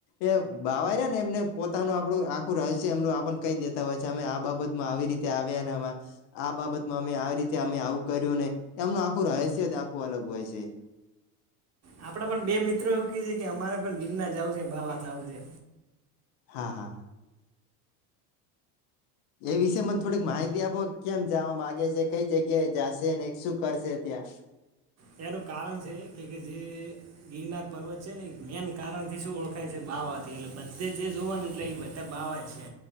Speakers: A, on the left; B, on the right.
A: એ બાવાયા ને એમને પોતાનું આપડુ આખું રહસ્ય એમનું આપણે કહી દેતા હોય છે, અમે આ બાબતમાં આવી રીત ત્યાં આવ્યાનામાં આ બાબતમાં અમે આ રીતે અમે આવું કર્યું ને, એમનું આખું રહસ્યજ આખું અલગ હોય છે.
B: આપડે પણ બે મિત્રો એવું કે છે કે અમારે પણ ગિરનાર જવું છે, ભાવા થવું છે.
A: હા, હા. એ વિશે મને થોડીક માહિતી આપો કેમ જવા માંગે છે, કઈ જગ્યાએ જશે ને શું કરશે ત્યાં?
B: એનું કારણ છે કે કે જે ગીરના પર્વત છે ને મેન કારણથી શું ઓળખાય છે, બાવાથી એટલે બધે જે જોવોને એટલે એ બધે ત્યાં બાવા જ છે